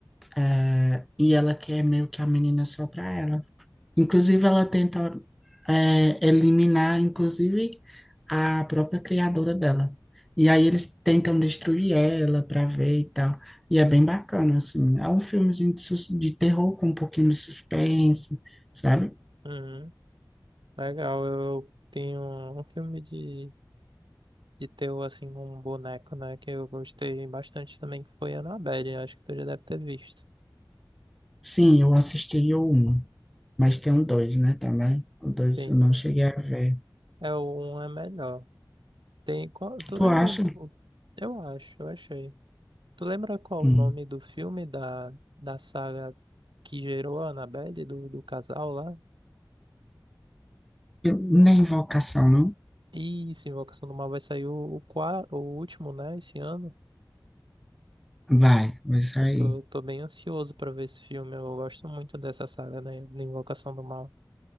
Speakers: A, in the centre; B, on the right (about 75°).
A: eh, e ela quer meio que a menina só para ela. Inclusive, ela tenta é, eliminar, inclusive, a própria criadora dela. E aí eles tentam destruir ela para ver e tal. E é bem bacana, assim. É um filmezinho de, sus- de terror com um pouquinho de suspense, sabe?
B: Uhum. Legal, eu tenho um filme de, de terror assim com um boneco, né? Que eu gostei bastante também, que foi Annabelle, acho que tu já deve ter visto.
A: Sim, eu assisti o um, mas tem o dois, né, também. O dois
B: Tem.
A: eu não cheguei a ver.
B: É o um é melhor. Tem. qual- Tu
A: Tu
B: lembra?
A: acha?
B: o- Eu acho, eu achei. Tu lembra qual
A: Hum.
B: o nome do filme da, da saga que gerou a Annabelle, do, do casal lá?
A: Eu- nem Invocação, não?
B: Isso, Invocação do Mal vai sair o, o, qua- o último, né, esse ano.
A: Vai, vai sair.
B: Eu tô, tô bem ansioso pra ver esse filme. Eu gosto muito dessa saga, né, da Invocação do Mal.